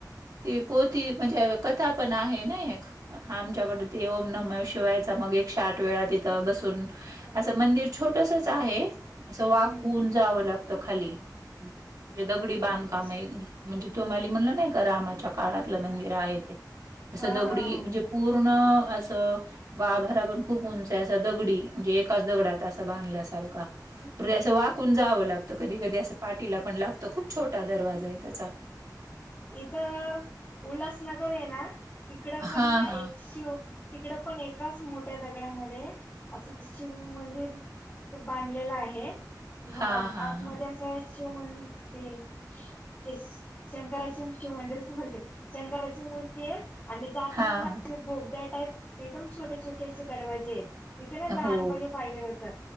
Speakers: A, on the right (about 55°); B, on the left (about 25°).
A: ती पोती म्हणजे, कथा पण आहे ना एक आमच्याकडं, ते ओम न म शिवायचा मग एक शे आठ वेळा तिथं बसून, असं मंदिर छोटसच आहे असं वाकून
B: हम्म
A: जावं लागत. तो खाली, म्हणजे दगडी बांधकाम
B: अच्छा
A: म्हणजे तुम्हाला म्हणलं नाही का रामाच्या काळातलं मंदिर आहे ते असं
B: हा
A: दगडी
B: हा हा
A: म्हणजे पूर्ण असं, गावभरा पण खूप उंच असा दगडी म्हणजे एकाच दगडात असा बांधल्यासारखा, तुम्हाला वाट, ण जावं लागत कधी कधी असं पाठीला पण लागतं खूप छोटा दरवाजा आहे त्याचा,
B: इथं उल्हासनगर आहे ना तिकड
A: हां,
B: पण ना
A: हां.
B: एकशे, तिकड पण एकाच मोठं आहे दगड्यामध्ये असं शिव मंदिर तो बांधलेला आहे म्हणून
A: हां,
B: आ
A: हां,
B: आतमध्ये
A: हां.
B: असं ज म्ह हम् तेच शंराची शिव मंदिरच होते शंकराची मूर्ती आहे आणि जाताना,
A: हां,
B: मोगलांच्या
A: हां.
B: टाईप एकदम छोटे छोटे असे दरवाजे आहेत मी ते ना लहानपणी
A: हो.
B: पाहिले होत